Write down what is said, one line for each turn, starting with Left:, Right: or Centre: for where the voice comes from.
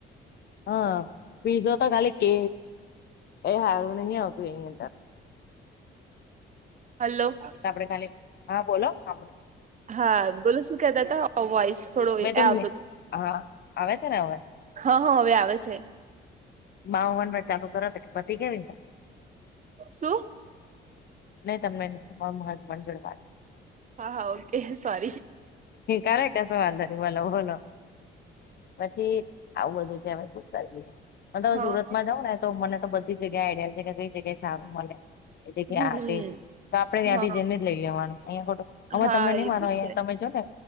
Left: હા પીઝો તો ખાલી કે એ સારું નહ આવતું એની અંદર
Right: હલો
Left: તો આપડે ખાલી હા બોલો સાંભ
Right: હા બોલો શું કેતા હતા વોઈસ થોડો
Left: મેં
Right: એ
Left: તો
Right: આવતો હતો.
Left: હા આવે છે ને હવે
Right: હા હ હવે આવે છે.
Left: માવ વનર ચાલુ કરો તો કે પછી કેવીને
Right: શું <unintelligible>
Left: નહી તમને નહી મહત્ણ જોડ
Right: હા હા ઓકે સોરી
Left: કરે કસ વાદ <unintelligible> બોલો બોલો પછી આવું બધું છે અવે તો. કરી લીએ હું
Right: હા
Left: સુરતમાં જાઉં ને તો મને તો બધી જગ્યાએ આઈડિયા છે કે કઈ જગ્યાએ સારું મલે. એટલે
Right: હમ
Left: ત્યાં <unintelligible> તો આપડે ત્યાંથી
Right: હા
Left: જઈને જ લઈ લેવાનું અહિયાં ખોટું અમે
Right: હા
Left: તમે નઈ
Right: એ
Left: માનો
Right: બી
Left: અયા
Right: છે
Left: તમે જોને